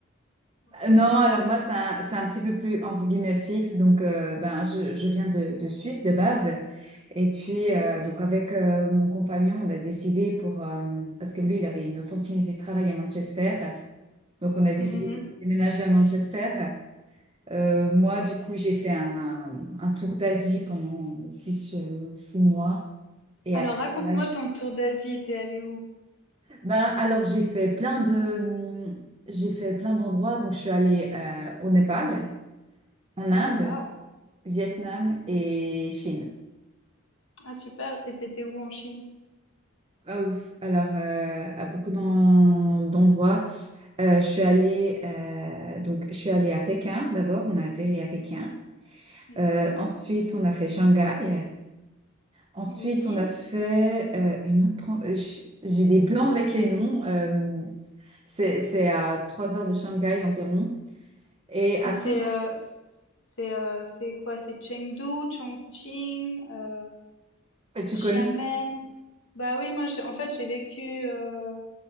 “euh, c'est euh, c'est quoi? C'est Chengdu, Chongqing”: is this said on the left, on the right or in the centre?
Left